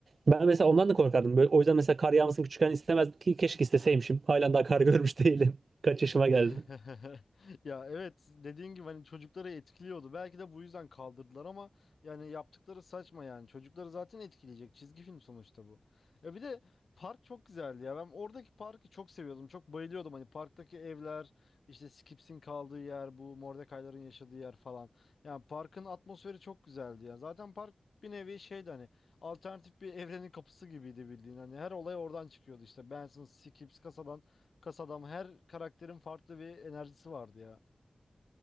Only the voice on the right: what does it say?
Ben mesela ondan da korkardım. Böyle, o yüzden mesela kar yağmasını küçükken istemezdim ki keşke isteseymişim. Halen daha kar görmüş değilim. <laughs> Kaç yaşıma geldim.